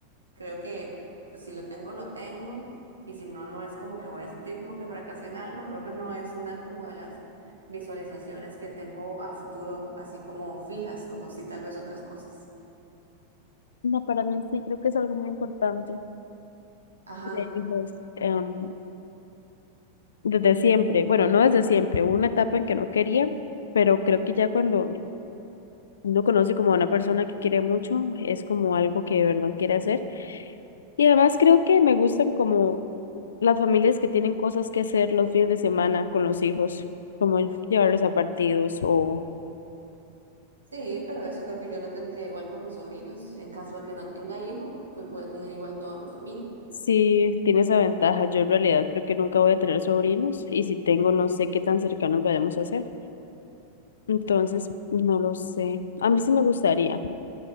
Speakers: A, on the right (about 75°); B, on the left (about 65°).
A: Creo que pues, si lo tengo, lo tengo, y si no, no es como que voy a sentir como que fracasé en algo. Creo que no es una como de las visualizaciones que tengo a futuro, así como fijas, como si tal vez otras cosas.
B: No, para mí sí creo que es algo muy importante.
A: Ajá.
B: de hijos, em, desde siempre, bueno, no desde siempre, hubo una etapa en que no quería, pero creo que ya cuando uno conoce como a una persona que quiere mucho, es como algo que de verdad quiere hacer. Y además creo que me gustan como las familias que tienen cosas que hacer los fines de semana con los hijos, como el- llevarlos a partidos o
A: Sí, pero eso creo que yo lo tendría igual con mis sobrinos. En caso de que no tenga hijo, pues voy a tener igual toda mi familia.
B: si tiene esa ventaja. Yo en realidad creo que nunca voy a tener sobrinos y si tengo, no sé qué tan cercanos vayamos a hacer. Entonces, no lo sé. A mí sí me gustaría,